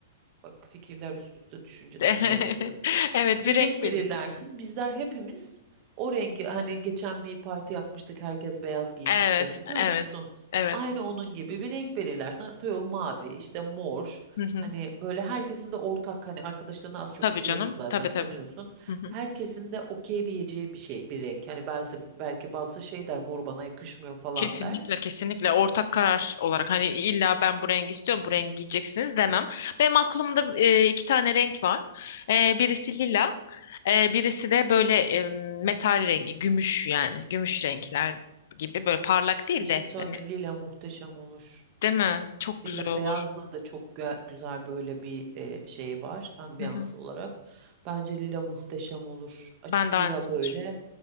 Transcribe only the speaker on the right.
Bak fikirler üst üste düşünce
ne güzel oluyor.
bir
renk
belirlersin. Bizler hepimiz o rengi hani geçen bir parti yapmıştık herkes beyaz giymişti
hatırlıyor
musun?
Aynı onun gibi bir renk belirlersin. Atıyorum mavi işte mor.
Hani böyle herkesin de ortak hani arkadaşlarını az çok
biliyorsun
zaten
tanıyorsun.
Herkesin de okey diyeceği bir şey bir renk. Hani belki, belki bazı şey der mor bana yakışmıyor falan
der.
Bir şey
söyleme
lila muhteşem olur.
Dila
Beyaz'la da çok gö- güzel böyle bir e, şey var ambiyans
olarak. Bence lila muhteşem olur. Açık
lila böyle